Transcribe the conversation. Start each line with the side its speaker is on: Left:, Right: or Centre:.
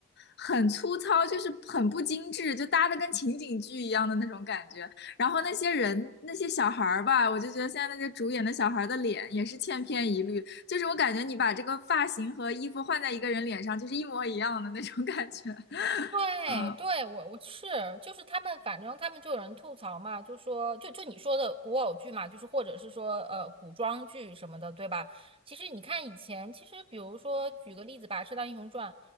Left: 很粗糙，就是很不精致，就搭的跟情景剧一样的那种感觉。然后那些人那些小孩儿吧，我就觉得现在那些主演的小孩儿的脸也是千篇一律。就是我感觉你把这个发型和衣服换在一个人脸上，就是一模一样的那种感觉。<laughs>
Right: 对对，
Left: 嗯
Right: 我我是就是他们，反正他们就有人吐槽嘛，就说就就你说的古偶剧嘛，就是或者是说呃古装剧什么的，对吧？其实你看以前，其实比如说举个例子吧，《射雕英雄传》